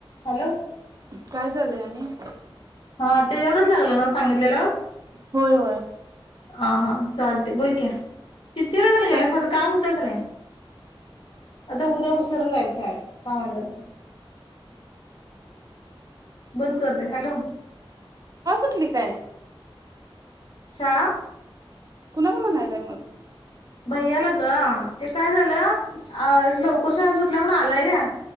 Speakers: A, on the left; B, on the right.
A: Hello.
B: काय चाललंय आनि
A: हा त्याच्यावरच लागलं ना वो सांगितलेल्या वर
B: होय होय.
A: हा हा चालते बोल की किती वेळ झाला
B: काय
A: गेलास माझं काम होतं का नाय. आता उद्या उसरून जायच शाळेत कामा ए जरा माज बंद करते हॅलो.
B: पांचटली काय?
A: शाळा
B: कोणाला म्हनालाय मग
A: भैयाला ग ते काय झालं अ लवकर शाळा सुटल्या म्हण आलाया